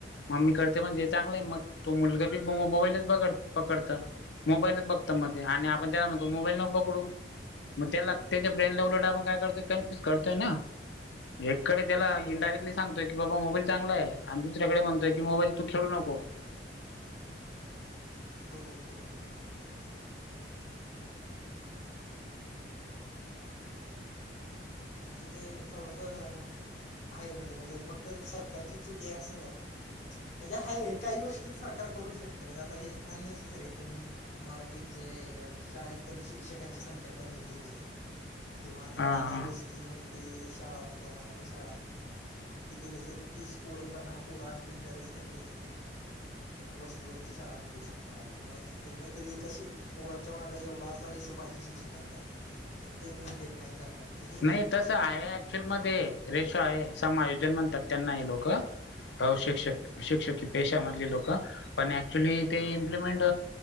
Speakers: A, on the left (about 80°); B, on the left (about 40°).
A: मम्मी करते म्हणजे चांगलं आहे मग तो मुलगा बी मोबाईलच बघड पकडत. मोबाईलच बघत मध्ये आणि आपण त्याला तो मोबाईल न पकडू. मग त्याला त्याच्या ब्रेन ला उलटा आपण काय करतो? कनफ्यूज करतोय ना. एककडे त्याला इंडायरेक्टली
B: बरं
A: सांगतोय -- की बाबा मोबाईल चांगलायं आणि दुसरीकडे म्हणतोय की मोबाईल तू खेळू नको.
B: बरोबर. बरोबर. तथे थोडस आहे म्हणजे म्हणजे फक्त सरकारची चुकी आहे असं नाही. म्हणजे हाये काही गोष्टी सरकार करू शकत म्हणजे आता हे अननेसेसरी आहे. तुम्ही -- मराठीचे शाळेत त्यांनी शिक्षकांची संख्या कमी केली. किंवा समजा
A: हा
B: आता
A: हा
B: वस्तींवरती शाळा होत्या. मराठी शाळा. मग तिथं कस तीस पोरं का दहा पोरं असली तरच तुम्ही -- वस्तीवरची शाळा ठेवू शकता किंवा इथे काहीतरी एक अशी पोरांच्या माग एवढा असा रेशो पाहिजे शिक्षकांचा तर ते मेंटेन नाही करणार <unintelligible>
A: नाही तसं आहे. ऍक्च्युअल मध्ये रेशो आहे. समायोजन म्हणतात त्यांना हे लोक. तव शिक्षक शिक्षकित -- पेशामधली लोकं पण ऍक्च्युली ते इम्प्लिमेंट